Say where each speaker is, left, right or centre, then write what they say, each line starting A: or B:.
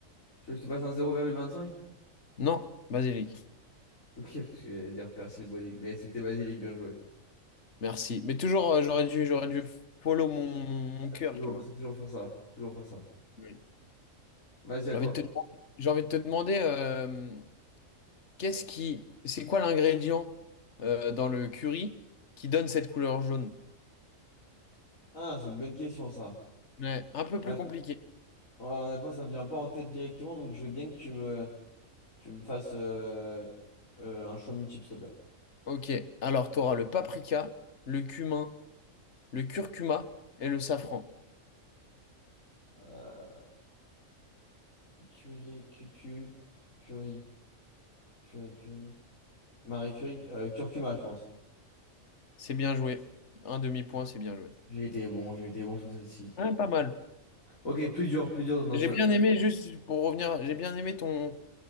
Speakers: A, on the left (about 80°); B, on the left (about 60°).
A: tu veux que je te fasse un 0,25?
B: Non, basilic.
A: Ok, parce que j'allais dire persil basilic, mais c'était basilic, bien joué.
B: Merci. Mais toujours, euh, j'aurais dû, j'aurais dû follow mon, mon, mon
A: Faut
B: cœur,
A: Toujours,
B: tu vois.
A: c'est toujours faire ça, toujours faire ça.
B: Oui.
A: Vas-y,
B: J'ai
A: à toi.
B: envie de te, j'ai envie de te demander euh, Qu'est-ce qui, c'est quoi l'ingrédient euh, dans le curry qui donne cette couleur jaune?
A: Ah, c'est une bonne question, ça.
B: Ouais, un peu plus
A: Ouais, ouais,
B: compliqué.
A: honnêtement, ça me vient pas en tête directement, donc je veux bien que tu me, tu me fasses euh, euh, un choix multiple, s'il te plaît.
B: Ok, alors tu auras le paprika, le cumin, le curcuma et le safran.
A: Euh, Curie, cucu, Curie, Curie, Curie. Marie Curie, euh, curcuma, je pense.
B: C'est bien joué. Un demi-point, c'est bien joué.
A: J'ai été bon, j'ai été bon sur celle-ci.
B: Ouais, pas mal.
A: Ok, plus dur, plus dur dans
B: J'ai
A: celle-là.
B: bien aimé, juste pour revenir, j'ai bien aimé ton